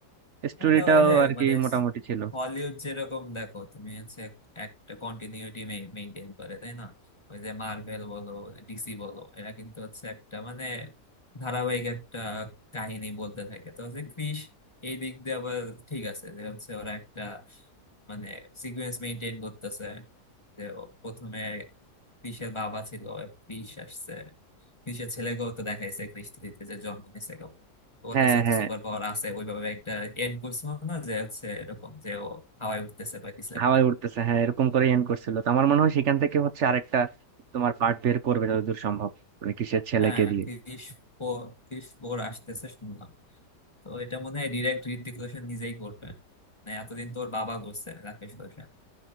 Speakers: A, on the right; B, on the left.
A: স্টোরিটাও
B: হ্যাঁ তো ওই যে
A: আর কি
B: মানে
A: মোটামুটি ছিল
B: হলিউড যেরকম দেখো তুমি হচ্ছে একটা কন্টিনিউটি মেনটেন করে তাই না ওই যে মার্ভেল বলো ডিসি বলো এরা কিন্তু হচ্ছে একটা মানে ধারাবাহিক একটা কাহিনী বলতে থাকে তো হচ্ছে ক্রিস এই দিক দিয়ে আবার ঠিক আছে যে হচ্ছে ওরা একটা মানে সিকুয়েন্স মেনটেন করতেছে যে ও প্রথমে কৃষের বাবা ছিল কৃষ আসছে কৃষের ছেলেকেও তো দেখাইছে কৃষ থ্রিতে যে জন্ম নিছে কেবল ওর
A: হ্যাঁ
B: কাছে
A: হ্যাঁ
B: তো সুপার পাওয়ার আছে ওইভাবে একটা এন্ড করছিল না যে হচ্ছে এরকম যে ও হাওয়ায় উঠতেছে বা কিছু একটা
A: হাওয়ায় উঠতেছে হ্যাঁ এরকম করে এন্ড করছিল তো আমার মনে হয় সেখান থেকে হচ্ছে আরেকটা তোমার পার্ট বের করবে যতদূর সম্ভব মানে কিসের ছেলেকে
B: হ্যাঁ
A: দিয়ে
B: কৃষ ফোর কৃষ ফোর আসতেছে শুনলাম তো এটা মনে হয় ডিরেক্ট ঋত্বিক রোশন নিজেই করবে মানে এতদিন তোর বাবা করছে রাকেশ রোশন